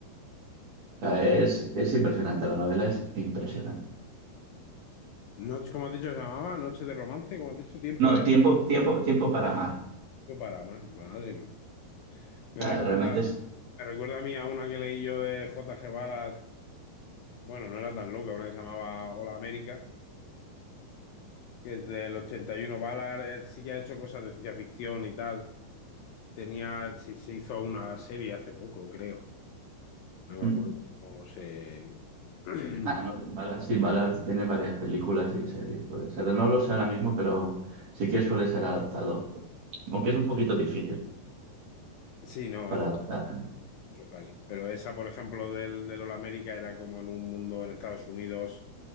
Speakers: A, on the right (about 50°); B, on the left (about 75°).
A: O sea, es, es impresionante, la novela es impresionante.
B: Noche, como has dicho, se llamaba Noche de Romance, como has dicho, Tiempo
A: No,
B: de
A: tiempo, tiempo, tiempo para amar.
B: Tiempo para amar. Madre mía.
A: O
B: Me recuerda,
A: sea, realmente es...
B: me recuerda a mí a una que leí yo de J.G. Varas Bueno, no era tan loca, una que se llamaba Hola América, que es del 81. Ballard eh, sí que ha hecho cosas de ciencia ficción y tal. Tenía, se, se hizo una serie hace poco, creo. No me
A: Mm.
B: acuerdo cómo se... <clears throat>
A: Ah, no, Ballard, sí, Ballard tiene varias películas y series, puede ser. No lo sé ahora mismo, pero sí que suele ser adaptado. Aunque es un poquito difícil
B: Sí, no,
A: para
B: es
A: adaptar.
B: mucho Harry. Pero esa, por ejemplo, del, del Hola América era como en un mundo en Estados Unidos